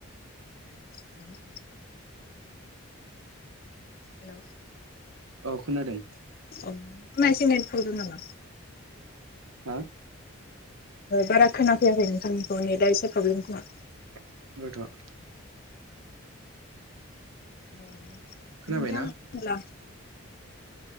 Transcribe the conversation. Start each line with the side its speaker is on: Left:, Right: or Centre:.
Left: हेलौ हेल'
Right: औ खोनादों।
Left: औ नोंथांना एसे नेथ प्रब्लेम नामा?
Right: हा
Left: बारा खोनाफैाखै नोंथांमोनखौ नेटआ एसे प्रब्लेम खोमा।
Right: <unintelligible>
Left: औ
Right: खोनाबायना?
Left: नोंथां होनब्ला